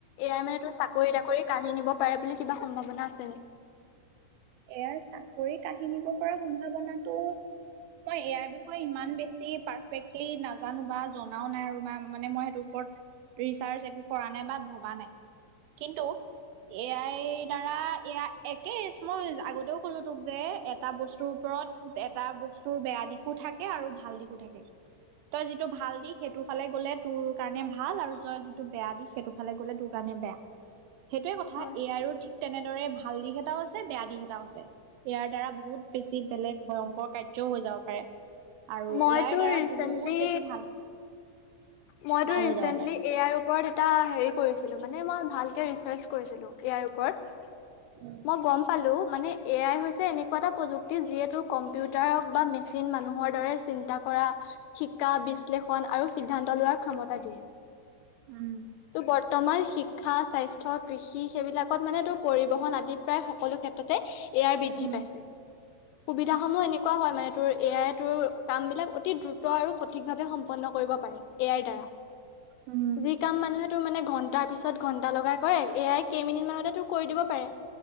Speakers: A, on the left; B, on the right.
A: এয়াই মানে তোৰ চাকৰি তাকৰি কাঢ়ি নিব পাৰে বুলি কিবা সম্ভাৱনা আছে নি?
B: এ আই চাকৰি কাৰি নিব পৰা সম্ভাৱনাটো মই এ আইৰ বিষয়ে ইমান বেছি পাৰফেক্টলি নাজানো বা জনাও নাই আৰু মানে মই সেইটো ওপৰত ৰিচাৰ্চ একো কৰা নাই বা ভবা নাই কিন্তু এ আইৰ দাৰা, এয়া একেই মই আগতেও ক'লো তোক যে এটা বস্তুৰ ওপৰত, এটা বস্তুৰ বেয়া দিশ শো থাকে আৰু ভাল দিশো থাকে। তই যিটো ভাল দিশ সেইটোৰ ফালে গ'লে তোৰ কাৰণে ভাল আৰু তই য-যিটো বেয়া দিশ সেইটো ফালে গ'লে তোৰ কাৰণে বেয়া। সেইটোয়ে কথা
A: হয়
B: এ আইৰো আৰু ঠিক তেনেদৰে ভাল দিশ এটাও <unintelligible> <unintelligible> বেয়া দিশ এটাও আছে। ইয়াৰ দ্বাৰা বহুত বেছি বেলেগ ভয়ংকৰ কাৰ্যও হৈ যাব পাৰে। আৰু
A: মইতো
B: এ আইৰ দ্বাৰা
A: ৰিচেন্টলি
B: বহুত বেছি ভাল
A: মইতো
B: ভাল
A: ৰিচেন্টলি
B: হৈ যাব পাৰে।
A: এ আইৰ ওপৰত এটা হেৰি কৰিছিলোঁ মানে মই ভালকে ৰিচাৰ্চ কৰিছিলোঁ, এ আইৰ ওপৰত।
B: <inaudible>
A: মই গম পালোঁ মানে এ আই হৈছে এনেকুৱা এটা প্ৰযুক্তি যিয়ে তোৰ কম্পিউটাৰক বা মেচিন মানুহৰ দৰে চিন্তা কৰা, শিকা বিশ্লেষণ আৰু সিদ্ধান্ত লোৱাৰ ক্ষমতা দিয়ে।
B: উম।
A: ত' বৰ্তমান শিক্ষা, স্বাস্থ্য, কৃষি সেইবিলাকত মানে তোৰ পৰিবহন আদি প্ৰায় সকলো ক্ষেত্ৰতে এ আই বৃদ্ধি
B: উম,
A: পাইছে। সুবিধাস সমূহ এনে কোৱা হয় মানে তোৰ এ আই তোৰ কামবিলাক অতি দ্ৰুত আৰু সঠিক ভাৱে সম্পন্ন কৰিব পা এ আইৰ দ্বাৰা
B: উম,
A: যি কাম মানুহে তোৰ মানে ঘণ্টাৰ পিছত ঘণ্টা লগাই কৰে, এয়াই কেইমিনিট মানতে তোৰ কৰি দিব পাৰে।